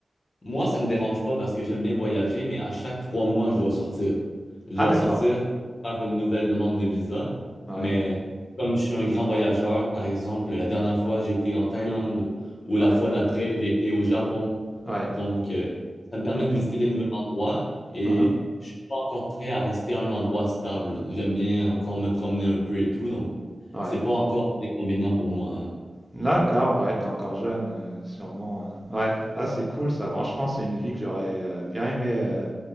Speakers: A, on the left (about 65°); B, in the centre.
A: Moi, ça me dérange pas parce que j'aime bien voyager, mais à chaque trois mois, je dois sortir. Je
B: Ah,
A: dois
B: d'accord.
A: sortir, faire une nouvelle demande de visa.
B: Ouais,
A: Mais comme je suis un grand voyageur, par exemple, la dernière fois, j'étais en Thaïlande ou la
B: ouais,
A: fois d'après, j'étais au Japon.
B: ouais.
A: Donc, euh, ça me permet
B: D'accord.
A: de visiter des nouveaux endroits et
B: Uhum.
A: je suis pas encore prêt à rester à un endroit stable. J'aime bien encore me promener un peu et tout. Donc,
B: Ouais.
A: c'est pas encore un inconvénient pour moi. hein.
B: D'accord, ouais, t'es encore jeune, euh, sûrement. hein. Ouais, ah, c'est cool ça. Franchement, c'est une vie que j'aurais euh, bien aimé euh,